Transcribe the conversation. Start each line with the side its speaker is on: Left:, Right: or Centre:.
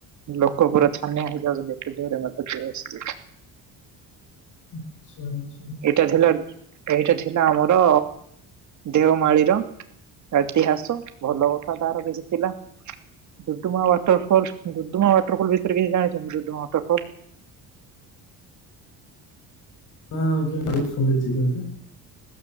Right: ଲୋକ ପୁରା ଛାନିଆ ହେଇଯାଉଛନ୍ତି। ଏତେ ଜୋରେ ମେଘ ଯ ଆସୁ
Left: ଆଛା ଆଚ୍ଛା।।
Right: ଏଇଟା ଥିଲା, ଏଇଟା ଥିଲା ଆମର, ଦେଓମାଳିର। ଇତିହାସ ଭଲ କଥା ତାର କିଛି ଥିଲା। Duduma waterfall, Duduma waterfall ବିଷୟରେ କିଛି ଜାଣିଛନ୍ତି? ଡୁଡ଼ୁମା ୱାଟରଫଲ୍?
Left: ହଁ ଆଜ୍ଞା ମୁଁ ଶୁଣିଛି କିନ୍ତୁ।